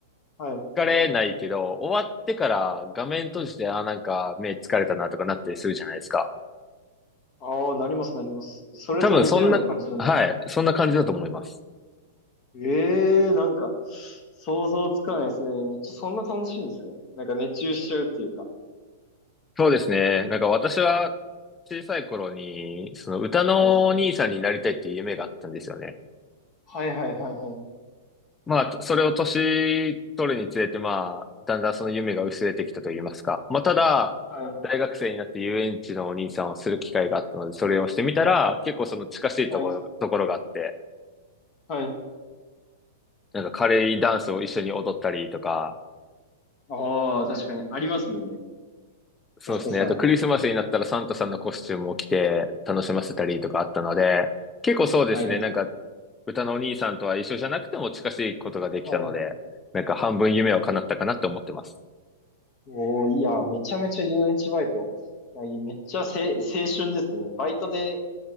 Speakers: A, on the left; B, on the left.
A: はい。
B: 疲れないけど、終わってから画面閉じて、あなんか目疲れたなとかなったりするじゃないですか。
A: ああ、なります、なります。それと似たような感じなんですね。
B: 多分そんな、はい、そんな感じだと思います。
A: ええー、なんか、想像つかないですね。めっちゃそんな楽しいんですね。なんか熱中しちゃうっていうか。
B: そうですね。なんか私は小さい頃に、その歌のお兄さんになりたいっていう夢があったんですよね。
A: はい。はいはいはいはい。
B: まあ、それを年取るにつれて、まあ、だんだんその夢が薄れてきたと言いますか。まあ、ただ、
A: はい。
B: 大学生になって遊園地のお兄さんをする機会があったので、それをしてみたら、結構その近しいところ、
A: はい。
B: ところがあって、
A: はい。
B: なんかカレーダンスを一緒に踊ったりとか、
A: ああ、確かに。ありますもんね。
B: そうですね。
A: キャストさん。
B: あとクリスマスになったらサンタさんのコスチュームを着て楽しませたりとかあったので、結構そうですね。
A: はい。
B: なんか、歌のお兄さんとは一緒じゃなくても近しいことができたので、
A: はい。
B: なんか半分夢を叶ったかなって思ってます。
A: おー、いや、めちゃめちゃ遊園地バイト。あいいめっちゃせ、青春ですね。バイトで、